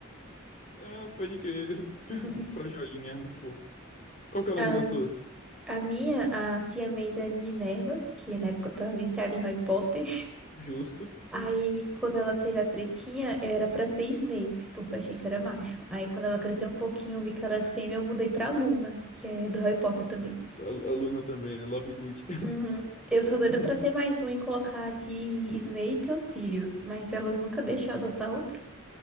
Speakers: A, on the left; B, in the centre.
A: Ah, pode crer.
B: <laughs>
A: <laughs> Frajolinha, muito fofo. Qual que é o
B: A,
A: nome das suas?
B: a minha, a siamesa é Minerva, que na época eu tava viciada em Harry Potter.
A: Justo.
B: Aí,
A: Hum.
B: quando ela teve a pretinha, eu era pra ser Snape, porque eu achei que era macho. Aí, quando ela cresceu um pouquinho, eu vi que ela era fêmea, eu mudei pra Luna, que é do Harry Potter também.
A: A, a Luna também, a Love Good.
B: Uhum. Eu sou doida
A: <laughs>
B: pra ter mais um e colocar de Snape ou Sirius, mas elas nunca deixam eu adotar outro.